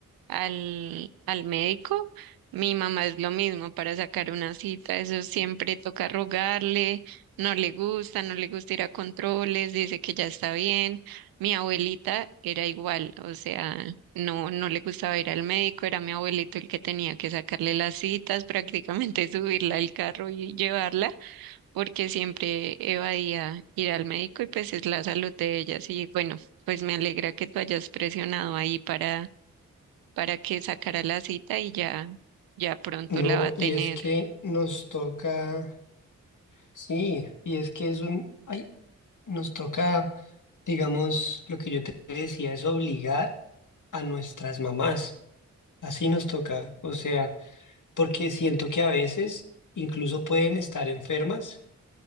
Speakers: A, on the right; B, on the left.
A: al, al médico. Mi mamá es lo mismo para sacar una cita, eso siempre toca rogarle, no le gusta, no le gusta ir a controles, dice que ya está bien. Mi abuelita era igual, o sea, no, no le gustaba ir al médico, era mi abuelito el que tenía que sacarle las citas, prácticamente <laughs> subirla al carro y llevarla, porque siempre evadía ir al médico y pues es la salud de ellas. Y bueno, pues me alegra que tú hayas presionado ahí para para que sacara la cita y ya, ya pronto
B: No,
A: la va a tener.
B: y es que nos toca, sí, y es que es un, ay, nos toca, digamos, lo que yo te decía, es obligar a nuestras mamás. Así nos toca, o sea, porque siento que a veces incluso pueden estar enfermas